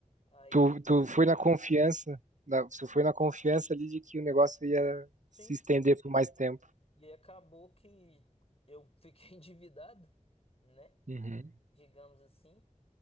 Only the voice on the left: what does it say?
Aí
acabou.
Sim.
E aí acabou que eu fiquei <laughs> endividado, né?
Digamos assim.